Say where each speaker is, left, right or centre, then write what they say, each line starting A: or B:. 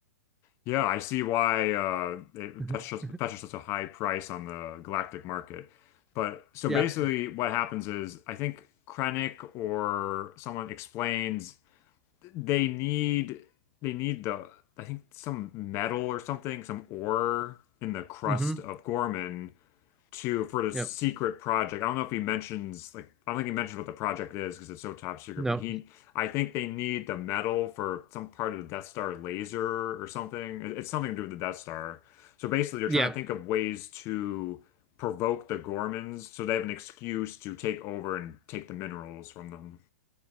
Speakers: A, on the left; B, in the centre.
A: Yeah, I see why uh, it
B: <laughs> Mhm.
A: fetches, fetches such a high price on the galactic market. But so
B: Yeah.
A: basically, what happens is I think Krennic or someone explains. they need they need the I think some metal or something, some ore in the crust
B: hmm
A: of Gorman to for this
B: Yep.
A: secret project. I don't know if he mentions like I don't think he mentions what the project is because it's so top secret,
B: No.
A: but he I think they need the metal for some part of the Death Star laser or something. It's something to do with the Death Star. So basically they're
B: Yeah.
A: trying to think of ways to provoke the Gormans so they have an excuse to take over and take the minerals from them.